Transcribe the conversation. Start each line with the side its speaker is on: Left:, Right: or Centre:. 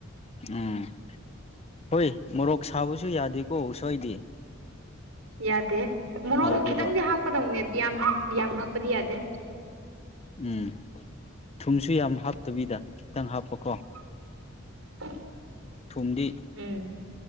Left: ꯎꯝ ꯍꯣꯢ ꯃꯣꯔꯣꯛ ꯁꯥꯕꯁꯨ ꯌꯥꯗꯦꯀꯣ ꯎꯁꯣꯢꯗꯤ
Right: ꯌꯥꯗꯦ ꯃꯣꯔꯣꯛ
Left: ꯍꯥꯎꯇꯦꯕ
Right: ꯈꯤꯇꯪꯗꯤ ꯍꯥꯞꯄꯗꯧꯅꯦ ꯑꯗꯨ ꯌꯥꯝ ꯍꯥꯞ ꯌꯥꯝ ꯍꯥꯞꯄꯗꯤ ꯌꯥꯗꯦ
Left: ꯎꯝ ꯊꯨꯝꯁꯨ ꯌꯥꯝ ꯍꯥꯞꯇꯕꯤꯗ ꯈꯤꯇꯪ ꯍꯥꯞꯄꯀꯣ
Right: <unintelligible>
Left: ꯊꯨꯝꯗꯤ
Right: ꯎꯝ